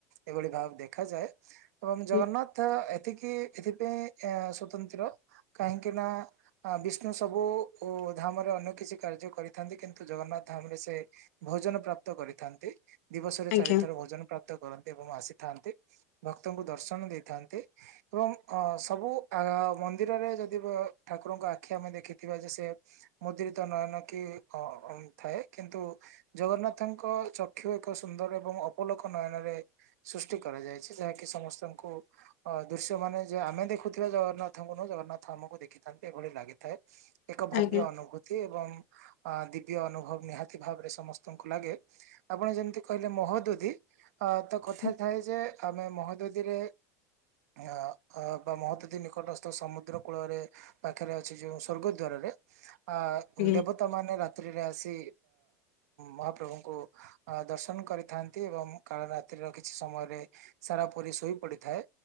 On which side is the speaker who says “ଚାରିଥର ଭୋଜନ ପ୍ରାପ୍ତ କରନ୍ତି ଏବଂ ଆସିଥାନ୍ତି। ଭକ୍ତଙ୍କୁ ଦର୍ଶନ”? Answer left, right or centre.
Right